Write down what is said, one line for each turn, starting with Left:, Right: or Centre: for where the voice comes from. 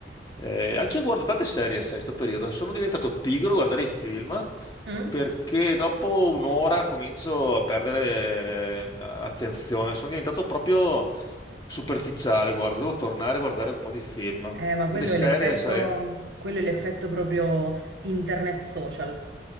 Left: Eh, anche io guardo tante serie, sai, sto periodo. Sono diventato pigro a guardare i film
Right: Mm?
Left: perché dopo un'ora comincio a perdere eh, attenzione. Sono diventato proprio superficiale, guarda. Devo tornare a guardare un po' di film.
Right: Eh, ma
Left: Quelle
Right: quello
Left: serie,
Right: è l'effetto,
Left: sai?
Right: quello è l'effetto proprio internet social. <laughs>